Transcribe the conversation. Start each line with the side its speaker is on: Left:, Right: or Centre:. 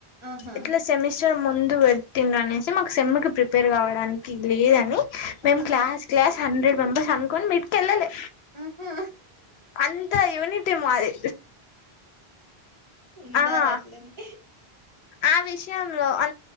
Right: ఆహా
Left: ఇట్ల సెమిస్ ముందు వెడు తిండు అనేసి మాకు సెమ్ కి ప్రిపేర్ కావడానికి లేదని మేమ్
Right: ఆ
Left: క్లాస్ క్లాస్ హండ్రెడ్ మెంబర్స్ అనుకొని మిడ్ కెళ్ళలే
Right: ఆహా
Left: అంతా ఇవ్వని ట్టే మాది
Right: ఉండాలట్లనే
Left: ఆహా ఆ విషయంలో అ